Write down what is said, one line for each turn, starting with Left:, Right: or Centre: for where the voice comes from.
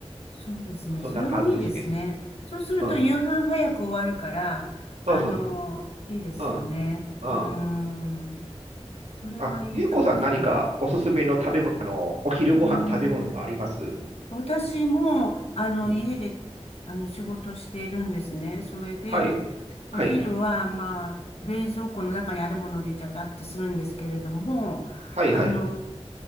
Left: そうですね。
Right: そんな感じです。
Left: それもいいですね。そうすると夕飯早く終わるから、
Right: うん。そうそうそう。
Left: あの、いいですよね。
Right: うん。うん。
Left: うーん。それはいいかもしれない。
Right: あ、ゆうこさん何かおすすめの食べ物、あの、お昼ご飯の食べ物とかあります
Left: うーん私も、あの、
Right: うん。
Left: 家で、あの、仕事しているんですね。それで、
Right: はい。
Left: お昼は、
Right: はい。
Left: まあ、冷蔵庫の中にあるものでちゃちゃってするんですけれども、
Right: はい、
Left: あの、
Right: はい。